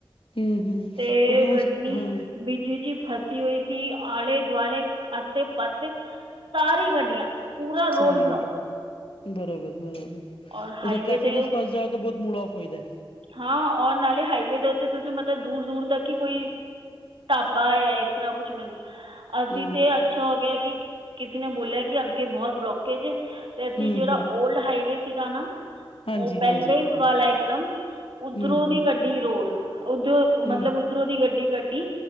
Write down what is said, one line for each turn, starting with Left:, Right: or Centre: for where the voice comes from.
Left: ਹੂੰ ਹੂੰ
Right: ਤੇ
Left: ਕਿਉਂਕਿ ਉਸ
Right: ਗੱਡੀ
Left: ਹਾਂ
Right: ਬ <unintelligible> ਚੀ ਚੀ ਫਸੀ ਹੋਈ ਸੀ ਆਲੇ ਦੁਆਲੇ ਆਸੇ ਪਾਸੇ ਸਾਰੀ ਗੱਡੀਆਂ। ਪੂਰਾ
Left: ਸਾਰੀ
Right: ਰੋਡ ਬਲੋਕ
Left: ਗੱਲ ਬਰਾਬਰ- ਬਰਾਬਰ।
Right: ਔਰ ਹਾਈਵੇ
Left: ਅ ਟ੍ਰੈਫਿਕ
Right: 'ਤੇ
Left: ਵਿਚ ਫਾਸ ਜਾਓ ਤੋ ਬਹੁਤ ਮੂੜ ਐਫ ਹੋਈਦਾ।
Right: ਹਾਂ, ਔਰ ਨਾਲੇ ਹਾਈਵੇ ਦੇ ਉੱਤੇ ਤੁਸੀਂ ਮਤਲਬ ਦੂਰ ਦੂਰ ਤੱਕ ਹੀ ਕੋਈ। ਢਾਬਾ ਹੈ ਇਸ ਤਰ੍ਹਾਂ ਕੁੱਛ ਮਿਲਣਾ।
Left: ਹੈ
Right: ਅਸੀਂ
Left: ਹੂੰ
Right: ਤੇ ਅੱਛਾ ਹੋ ਗਿਆ ਕਿ ਕਿਸੇ ਨੇ ਬੋਲਿਆ ਕਿ ਅੱਗੇ ਬਹੁਤ ਬਲੋਕੇਜ ਏ। ਤੇ ਅਸੀਂ
Left: ਹੂੰ
Right: ਜਿਹੜਾ
Left: ਹੂੰ
Right: ਐਲਡ ਹਾਈਵੇ ਸੀਗਾ ਨਾ
Left: ਹਾਂਜੀ
Right: ਉਹ ਪਹਿਲੇ
Left: ਹਾਂਜੀ
Right: ਵਾਲਾ ਇਕ ਦਮ। ਉਧਰੋਂ
Left: ਹੂੰ
Right: ਦੀ
Left: ਹੂੰ
Right: ਕੱਡੀ ਰੋਡ ਉਧਰੋਂ ਮਤਲਬ
Left: ਹੂੰ
Right: ਉੱਧਰੋਂ ਦੀ ਗੱਡੀ ਕੱਢੀ।